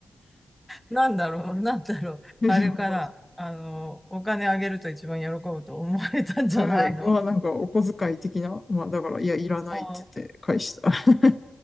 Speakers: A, in the centre; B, on the left (about 35°).
A: なんだろう、なんだろう。
B: <laughs>
A: あれかな。あの、お金あげると一番喜ぶと思われたんじゃないの
B: うんまあなんかお小遣い的な、まあだから、いや、いらないって言って返した。
A: <laughs> あ
B: <laughs>